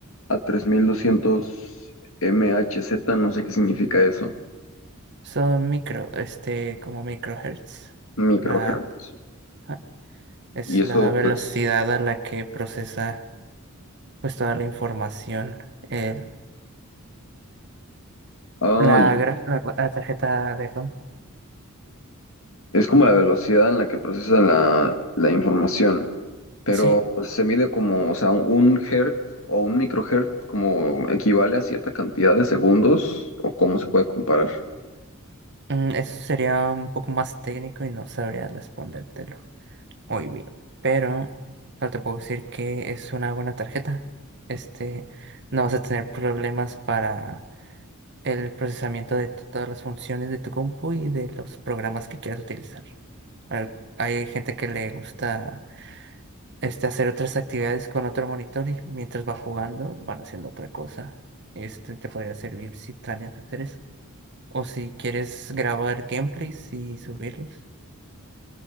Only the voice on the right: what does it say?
Son micro, este, como microhertz.
La, ajá, es
la velocidad
a la que procesa pues toda la información. el-
la,
gra- la, la tarjeta de RAM.
Sí,
mm, eso sería un poco más técnico y no sabría respondértelo muy bien. Pero solo te puedo decir que es una buena tarjeta. Este, no vas a tener problemas para el procesamiento de to- todas las funciones de tu compu y de los programas que quieras utilizar. Al- Hay gente que le gusta este, hacer otras actividades con otro monitor y mientras va jugando van haciendo otra cosa. Este te podría servir si planeas hacer eso. O si quieres grabar gameplays y subirlos.